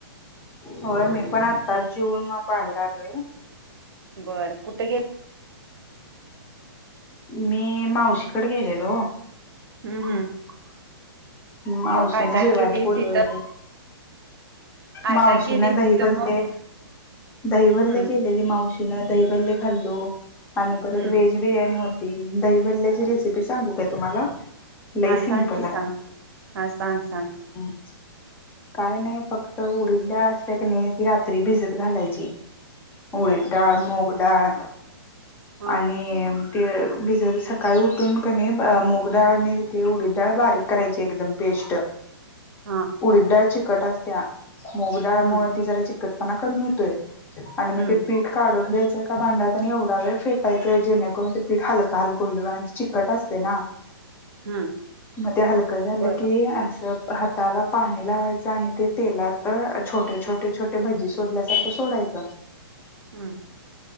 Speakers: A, on the left (about 15°); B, on the right (about 70°).
A: होय मी पण आत्ताच जीवन म बाहेर आलोय.
B: बर कुठे गे.
A: मी मावशीकडे गेलेलो हो.
B: हम्म हम्म.
A: मावशीने
B: मग काय काय
A: जेवायला
B: केलीस
A: कोर
B: तिथं
A: वल
B: काय
A: मावशी
B: काय केलीस
A: ना दही
B: तिथं
A: बदले.
B: मग
A: दैवल्य
B: हम्म
A: केलेली मावशीनं दैवल खाल्लो आणि परत
B: हम्म
A: व्हेज बिर्याणी होती दहिभल्याची
B: हम्म
A: रेसिपी सांगू का तुम्हाला लई
B: हा सांग
A: सिम्पल
B: की सांग हा सांग सांग.
A: <unintelligible> काय नाही फक्त उडीद डाळ असते की नाही रात्री भिजत घालायची.
B: बर
A: उडीद डाळ मूगडाळ
B: हा
A: आणि अ ते अ भिजावी सकाळी उठून की नाही मुग डाळ आणि ते उडीद डाळ बारीक करायचे एकदम पेस्ट अ
B: हा
A: उडीद डाळ चिकट असत्याय. मूगडाळ
B: हम्म
A: मुळे ती जरा चिकटपणा कमी होतोय आणि मग
B: हम्म
A: ते पीठ काढून घ्याय एका भांड्यात ना एवढा वेळ फेटायचं जेणेकरून ते पीठ हाल <unintelligible> चिकट असते ना
B: हम्म
A: मग ते हलकं झालं
B: बर
A: की अस. अ हाताला पाणी लावायचं आणि ते तेलात अ छोटे छोटे छोटे भजी सोडल्यासारखं सोडायचं
B: हम्म